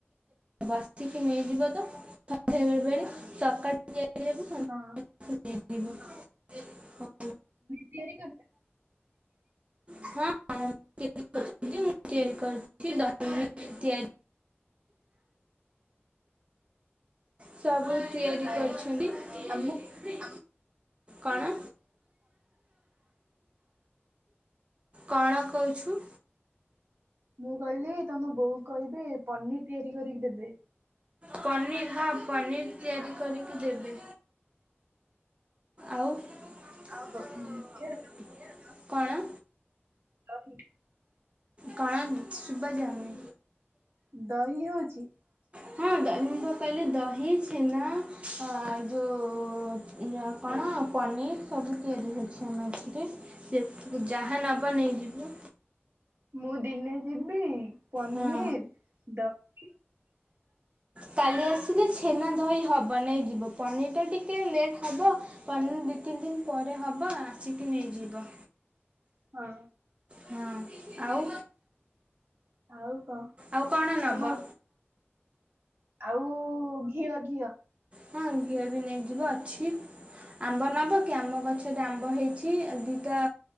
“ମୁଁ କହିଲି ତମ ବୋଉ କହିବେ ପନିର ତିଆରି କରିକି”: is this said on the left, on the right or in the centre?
Right